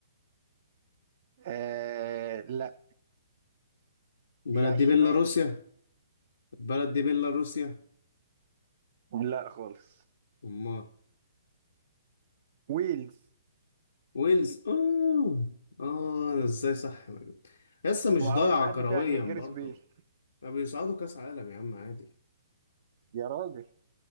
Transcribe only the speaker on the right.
آه لا
هي على
الشمال
لا خالص
ويلز
ما اعرفش
حد
فيها غير جاريس
بيل
يا راجل